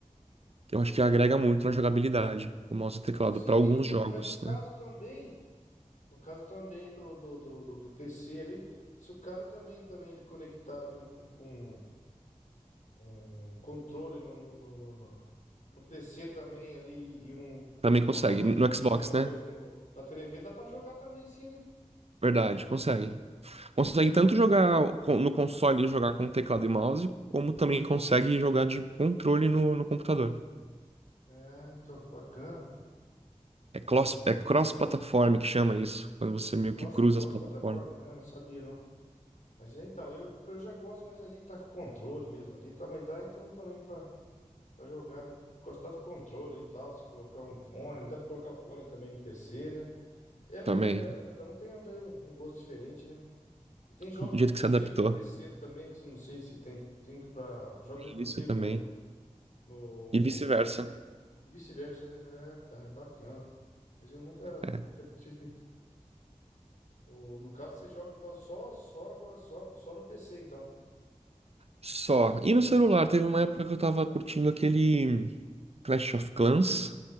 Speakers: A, on the right; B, on the left.
A: Eu acho que agrega muito na jogabilidade. O mouse e o teclado,
B: sim,
A: para alguns
B: e-
A: jogos,
B: mas no caso
A: né?
B: também, no caso também do, do, do, do- do PC ali, se o cara também também ele conectar ali um, com- um, um controle no, no, no, no- no- no PC também ali e um,
A: Também consegue.
B: um HDMI,
A: No Xbox,
B: alguma
A: né?
B: coisa no, na TV, dá para jogar também sim, né?
A: Verdade, consegue. Consegue
B: É,
A: tanto jogar
B: então-
A: com- no console e jogar com teclado e mouse, como também consegue jogar de controle no, no computador.
B: é, então que bacana.
A: É cross,
B: É,
A: é cross-plataforma que chama isso, quando você meio
B: cross,
A: que cruza
B: cross
A: as plataformas
B: plataforma, eu não sabia não. Mas é, então, eu, eu já gosto, mas ali tá com controle mesmo ali, tá? Mas dá então também pra, pra jogar, né? Gostar do controle e tal, se colocar um fone, dá pra colocar fone também no PC, né? É, mas
A: também.
B: é, cada um tem um, daí um, um gosto diferente, né? E tem jogos
A: Do jeito
B: exclusivos
A: que se adaptou.
B: pra PC também, que eu não sei se tem, tem para jogos
A: Tem
B: exclusivos
A: Isso também.
B: no, no
A: E vice-versa.
B: e vice-versa, né? É, tá, é bacana. Mas eu nunca,
A: É.
B: nunca tive. o- no caso, você joga então só, só agora, só, só no PC, então.
A: Só. E no celular, teve uma época que eu tava curtindo aquele Clash of Clans.